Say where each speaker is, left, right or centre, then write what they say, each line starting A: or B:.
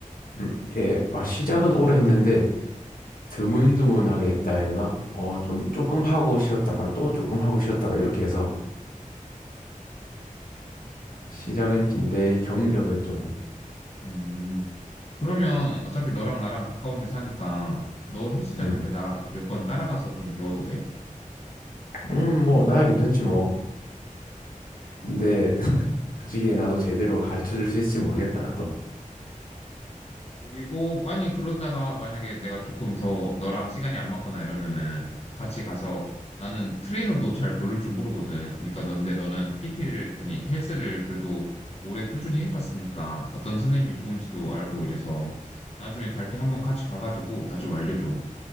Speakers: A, on the left (about 85°); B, on the left (about 45°).
A: 음, 이게, 아, 시작은
B: 시작은
A: 오래 했는데,
B: 오래
A: 드문드문하게 했다 해야 되나? 어, 좀 조금 하고 쉬었다가 또 조금 하고 쉬었다가 이렇게 해서
B: 됐네 그래.
A: 시작은
B: 그럼,
A: 긴데 경력은 좀,
B: 음, 그러면 어차피 너랑 나랑 가까운 데 사니까 너 헬스장
A: 음,
B: 갈 때 나 몇 번 따라가서 좀 배워도 돼?
A: 음, 뭐, 나야 괜찮지, 뭐. 근데, <laughs> 솔직히 나도 제대로 가르쳐 줄 수 있을지 모르겠다, 나도.
B: 그리고 아니 그러다가 만약에 내가 조금 더 너랑 시간이 안 맞거나 이러면은 같이 가서 나는 트레이너도 잘 고를 줄 모르거든. 그러니까 넌데 너는 PT를 아니 헬스를 그래도 오래 꾸준히 해봤으니까 어떤 선생님이 좋은지도 알고 이래서 나중에 갈 때 한번 같이 가가지고 나 좀 알려줘.